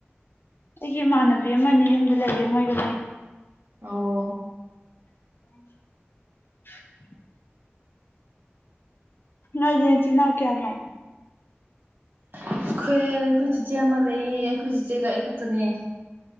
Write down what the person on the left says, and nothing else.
ꯑꯩꯒꯤ ꯏꯃꯥꯟꯅꯕꯤ ꯑꯃꯅꯤ ꯌꯨꯝꯗ ꯂꯩꯌꯦ ꯃꯣꯏꯒ ꯂꯩ
ꯎ ꯑ ꯆ ꯆꯆꯤꯟ ꯅꯀꯦꯅꯣ